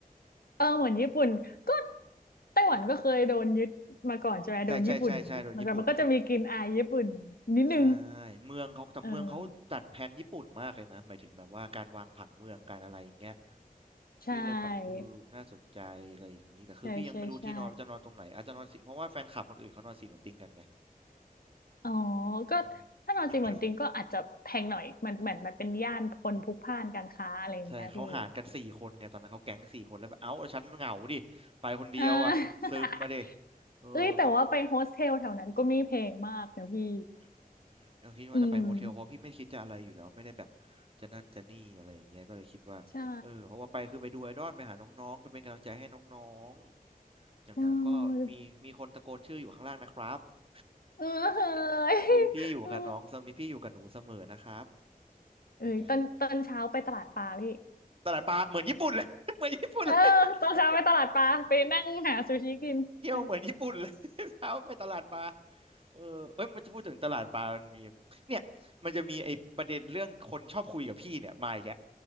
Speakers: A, on the left; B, on the right.
A: เออเหมือนญี่ปุ่นก็ไต้หวันก็เคยโดนยึดมาก่อนใช่ไหมโดนญี่ปุ่นยึดมันก็มันก็จะมีกลิ่นอายญี่ปุ่น
B: ใช่ใช่ใช่ใช่โดนญี่ปุ่นเขา
A: นิดนึง
B: ใช่เมืองเขาแต่เมืองเขาจัดแผนญี่ปุ่นมากเลยนะหมายถึงแบบว่าการวางผังเมืองการอะไรอย่างเงี้ย
A: เออใช่
B: พี่เลยแบบเออน่าสนใจอะไรอย่างนี้แต่คือพี่ยังไม่รู้ที่นอนว่าจะนอนตรงไหนอาจจะนอนสี่เพราะว่าแฟนคลับคนอื่นเขานอนสี่เหมือนติงกันไง
A: ใช่ใช่ใช่ อ๋อก็ถ้านอนจริงเหมือนจริงก็อาจจะแพงหน่อยมันเหมือนมันเป็นย่านคนพลุกพล่านการค้าอะไรอย่างเงี้ยพี่
B: อืม <coughs> อืมใช่เขาหารกันสี่คนไงตอนนั้นเขาแก๊งสี่คนแล้วแบบเอ้าฉันเหงาดิไปคนเดียวอ่ะซึมมาดิ
A: เออ <laughs>
B: เออเขา
A: เอ้ยแต่ว่าไปโฮสเทลแถวนั้นก็ไม่แพงมากนะพี่
B: อืมเขาคิดว่าจะไปโฮเทลเพราะพี่ไม่คิดจะอะไรอยู่แล้วไม่ได้แบบ
A: อืม
B: จะนั่นจะนี่อะไรอย่างเงี้ยก็เลยคิดว่าเออเพราะว่าไปคือไปดูไอดอลไปหาน้องๆไปเป็นกำลังใจให้น้องๆอย่างน้อยก็มีมีคนตะโกนชื่ออยู่ข้างล่างนะครับ
A: ใช่เออเออ <laughs> เฮ้ย
B: มีพี่อยู่กับน้องเสมอมีพี่อยู่กับหนูเสมอนะครับ
A: เออเอ้ยตอนตอนเช้าไปตลาดปลาพี่
B: เป็นไงตลาดปลาเหมือนญี่ปุ่นเลย <laughs> เหมือนญี่ปุ่นเลย
A: เออตอนเช้าไปตลาดปลาไปนั่งหาซูชิกินไป
B: <laughs> เที่ยวเหมือนญี่ปุ่นเลย <laughs> เช้าไปตลาดปลา เออเอ้ยมันจะพูดถึงตลาดปลามันมีเนี่ยมันจะมีไอ้ประเด็นเรื่องคนชอบคุยกับพี่เนี่ยมาอีกแยะ